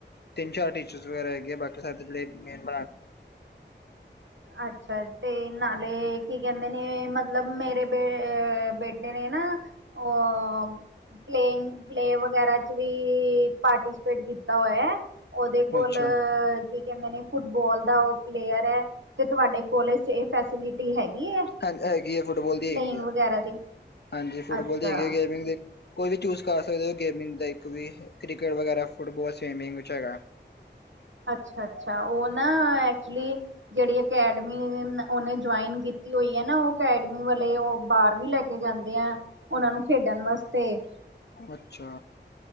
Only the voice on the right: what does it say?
ਅੱਛਾ ਤੇ ਨਾਲੇ ਕੀ ਕਹਿੰਦੇ ਨੇ, ਮਤਲਬ ਮੇਰੇ ਬੇਟੇ ਨੇ ਨਾ। ਉਹ। ਪਲੇੰਅ ਪਲੇਅ ਵਗੈਰਾ ਚ ਵੀ ਪਾਰਟੀਸਪੇਟ ਕੀਤਾ ਹੋਇਆ। ਉਹਦੇ ਕੋਲ
ਕੀ ਕਹਿੰਦੇ ਨੇ, ਫੁੱਟਬਾਲ ਦਾ ਉਹ ਪਲੇਅਰ ਹੈ। ਤੇ ਤੁਹਾਡੇ ਕੋਲੇਜ ਚ ਇਹ ਫੈਸਿਲਿਟੀ ਹੈਗੀ ਹੈ?
ਪਲੇਇੰਗ
ਵਗੈਰਾ ਦੀ
ਅੱਛਾ
ਅੱਛਾ ਅੱਛਾ, ਉਹ ਨਾ ਐਕਚੁਲੀ ਜਿਹੜੀ ਅਕੈਡਮੀ ਉਹ ਨੇ ਜੁਆਇਨ ਕੀਤੀ ਹੋਈ ਆ ਨਾ, ਉਹ ਅਕੈਡਮੀ ਵਾਲੇ ਬਾਹਰ ਵੀ ਲੈ ਕੇ ਜਾਂਦੇ ਆ ਉਹਨਾਂ ਨੂੰ ਖੇਡਣ ਵਾਸਤੇ।